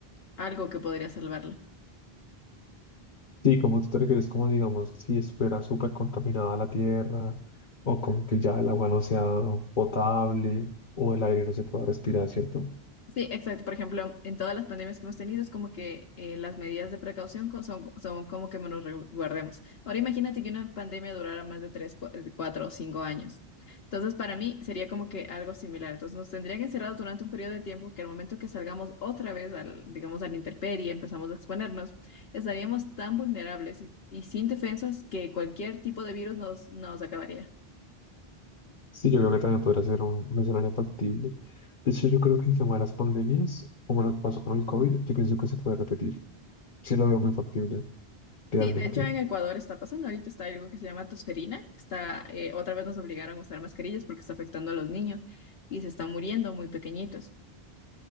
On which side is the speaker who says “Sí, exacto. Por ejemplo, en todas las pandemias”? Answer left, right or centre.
Left